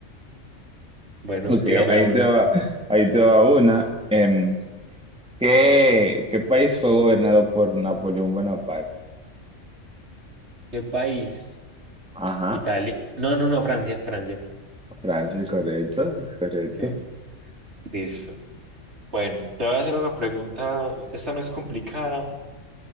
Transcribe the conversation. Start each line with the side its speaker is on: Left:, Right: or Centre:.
Right: Bueno,
Centre: Ok,
Right: tírame
Centre: ahí
Right: una.
Centre: te va, ahí te va una. Em, ¿qué, qué país fue gobernado por Napoleón Bonaparte?
Right: ¿Qué país?
Centre: Ajá,
Right: Italia. No, no, no, Francia, Francia.
Centre: Francia, correcto, correcto.
Right: Ok. Listo. Bueno, te voy a hacer una pregunta. Esta no es complicada,